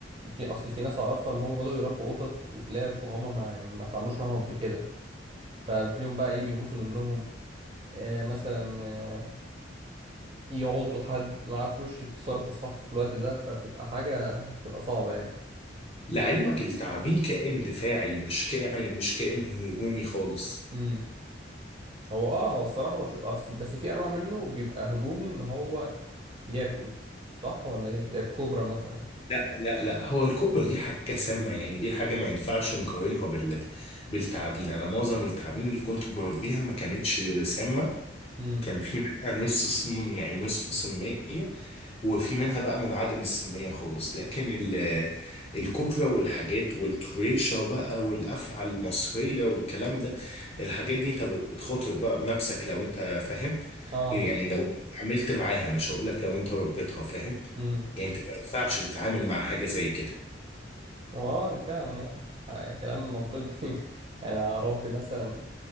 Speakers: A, on the right; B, on the left.
A: في اصل في ناس اعرفها اللي هم بدأوا يربوا قطط وكلاب وهم ما ما اتعاملوش معاهم قبل كده فبتلاقيهم بقى ايه بيموتوا منهم آه مثلا آه، يعضوا حد ما عرفوش التصرف الصح في الوقت ده فبتبقى حاجة بتبقى صعبة يعني
B: لعلمك التعابين كائن دفاعي مش كائن مش كائن هجومي خالص
A: امم هو اه هو الصراحة بش... بس بس في انواع منه بيبقى هجومي ان هو ياكل صح ولا ايه زي الكوبرا مثلا
B: لا لا لا هو الكوبرا دي حاجة سامة يعني دي حاجة ما ينفعش نقارنها بال بالتعابين أنا معظم التعابين اللي كنت بربيها ما كانتش سامة
A: امم
B: كان في منها نص صن يعني نصف صنية وفي منها بقى منعدم السمية خالص لكن ال- الكوبرا والحاجات والطريشة بقى والأفعى المصرية والكلام ده الحاجات دي انت بتخاطر بقى بنفسك لو انت فاهم
A: اه
B: يعني لو عملت معاها مش هقولك لو انت ربيتها فاهم
A: امم
B: يعني انت ما ينفعش تتعامل مع حاجة زي كده
A: هو اه فعلا يعني آه، كلام منطقي <laughs> انا اربي مثلا